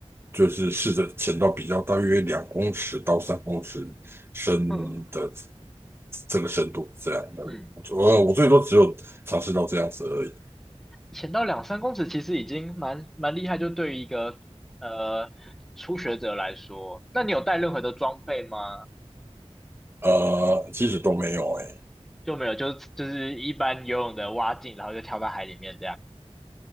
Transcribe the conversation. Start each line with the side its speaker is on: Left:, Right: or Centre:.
Right: 就是试着潜到比较大约两公尺到三公尺深的
Centre: 嗯
Right: 这个深度，这样的。
Centre: 嗯，
Right: 我我最多只有尝试到这样子而已，
Centre: 潜到两三公尺其实已经蛮蛮厉害，就对于一个呃初学者来说，那你有带任何的装备吗？
Right: 呃，其实都没有哎、
Centre: 就没有，就是就是一般游泳的蛙镜，然后就跳到海里面这样。